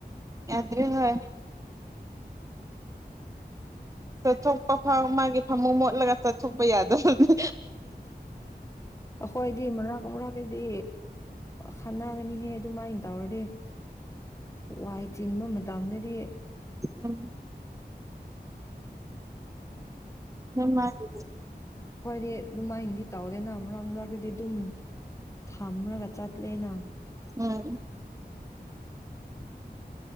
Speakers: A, on the right; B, on the left.
A: ꯌꯥꯗ꯭ꯔꯦ ꯍꯣꯏ ꯆꯠꯊꯣꯛꯄ ꯃꯥꯒꯤ ꯐꯃꯨꯡ ꯃꯣꯠꯂꯒ ꯆꯠꯊꯣꯛꯄ ꯌꯥꯗꯕꯅꯤ
B: ꯑꯩꯈꯣꯏꯗꯤ ꯃꯔꯥꯛ ꯃꯨꯔꯥꯛꯀꯗꯤ ꯈꯥꯟꯅꯒꯅꯤꯍꯦ ꯑꯗꯨꯃꯥꯏꯅ ꯇꯧꯔꯗꯤ ꯋꯥꯏ ꯆꯤꯟꯕ ꯃꯇꯝꯗꯗꯤ
A: ꯎꯝ ꯃꯥꯗꯤ
B: ꯈꯣꯏꯗꯤ ꯗꯨꯃꯥꯏꯟꯗꯤ ꯇꯧꯗꯦꯅ ꯃꯔꯛ ꯃꯔꯛꯇꯗꯤ ꯑꯗꯨꯝ ꯊꯝꯔꯒ ꯆꯠꯂꯦꯅ
A: ꯑ